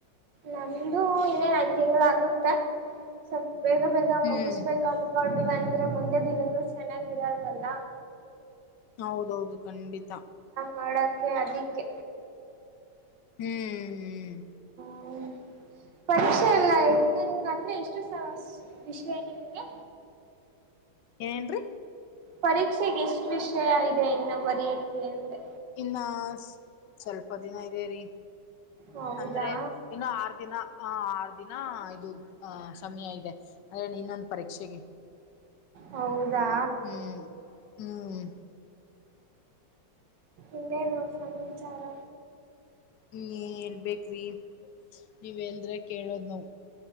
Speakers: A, on the right; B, on the left.
A: ನಂದು ಇನ್ನೇ ನಐು ತಿಂಗಗಳ ಆಗ್ ಆಗುತ್ತ ಸ್ವಲ್ ಬೇಗ ಬೇಗ
B: ಹ್ಮ್
A: ಮುಗಿಸ್ಬೇಕು ಅನ್ಕೊಂಡಿವ ಅಂದ್ರೆ ಮುಂದೆ ದಿನೂ ಚೆನ್ನಾಗಿರಲ್ವಲ್ಲ.
B: ಹೌದೌದು ಖಂಡಿತ.
A: ಮಾಡಡಕ್ಕೆ ಅದಕ್ಕೆ,
B: ಹ್ಮ್ ಹ್ಮ್
A: ಹ್ಮ ಪರೀಕ್ಷೆ ಎಲ್ಲ ನಿಂಗ ಅಂದ್ರೆ ಎಷ್ಟು ವಿಷಯ ನಿಮ್ಗೆ?
B: ಏನೇನ್ೀ?
A: ಪರೀಕ್ಷೆಗೆ ಎಷ್ಟ್ ವಿಷಯ ಇದೆ ಇನ್ನು ಬರಯಕ್ಕೆೆ ಅಂದ್ರೆ?
B: ಇನ್ನ ಸ್ವಲ್ಪ ದಿನ ಇದದೆೇರಿ,
A: ಹೌದಾ
B: ಅಂದ್ರೆ ಇನ್ನು ಆರು ದಿನ, ಆ ಆರು ದಿನ ಇದು ಆ ಸಮಯ ಇದೆ ಅಂದ್ರೆ ಇನ್ನೊಂದು. ಪರೀಕ್ಷೆಗೆ
A: ಹೌದಾ
B: ಹ್ಮ್ ಹ್ಮ್
A: ಇನ್ನೇನು ಸಮಾಚಾರ
B: ಹ್ಮ ಎಲ್ಬೇಕ್ ರಿ ನೀವೆಲ್್ರೆ ಕೇಳೋದು್ ನಾವು